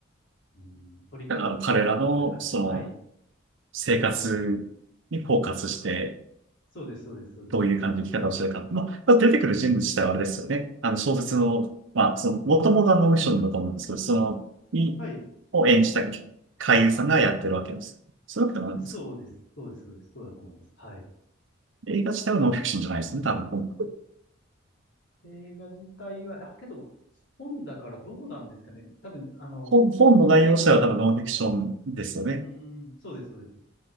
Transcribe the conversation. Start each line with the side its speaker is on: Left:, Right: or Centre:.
Left: うん、撮り方とかも本当にそういう感じ。
Right: だから、彼らの、その、
Left: はい。
Right: 生活にフォーカスして、
Left: そうです、そうです、そうです。
Right: どういう感じの生き方をしてるか。まあ、出てくる人物自体はあれですよね。あの、小説の、まあ、その、もともとはノンフィクションだと思うんですけど、その、に、
Left: はい。
Right: を演じた俳優さんがやってるわけです。そういうわけでもないんですか
Left: そうです、そうです、そうです。そうだと思います。はい。
Right: 映画自体はノンフィクションじゃないですよね、多分。
Left: 映画自体は、あ、けど、本だからどうなんですかね。多分、あの、
Right: 本、本の内容自体は多分ノンフィクションですよね。
Left: 本自体は、うん、そうです、そうです。